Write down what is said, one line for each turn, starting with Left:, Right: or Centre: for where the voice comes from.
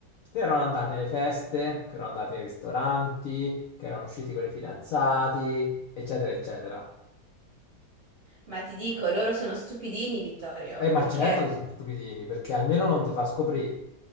Left: che erano andate alle feste, che erano andate ai ristoranti, che erano usciti con i fidanzati, eccetera, eccetera.
Right: Ma ti dico, loro sono stupidini, Vittorio,
Left: Eh, ma
Right: perché,
Left: certo che sono stupidini, perché almeno non ti fa scoprire